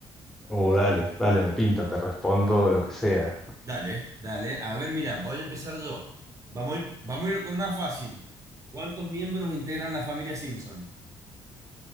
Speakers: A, in the centre; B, on the right.
A: Oh, dale, dale, me pinta, te respondo lo que sea.
B: Dale, dale. A ver, mira, voy a empezar yo. Vamos a ir, vamos a ir con una fácil. ¿Cuántos miembros integran la familia Simpson?